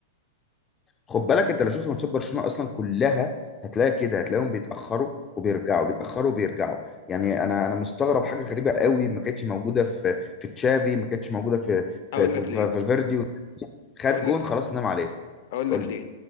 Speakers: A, on the left (about 20°); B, on the left (about 60°).
A: خد بالك انت لو شفت ماتشات برشلونه اصلا كلها هتلاقي كده هتلاقيهم بيتاخروا وبيرجعوا بيتاخروا وبيرجعوا يعني انا انا مستغرب حاجه غريبه قوي ما كانتش موجوده في في تشافي ما كانتش موجوده في في
B: اقول
A: في
B: لك
A: في-
B: ليه
A: فالفيردي والناس دي. خد
B: اقول
A: جون
B: لك ليه
A: خلاص نام عليه
B: اقول
A: قول
B: لك
A: لي
B: ليه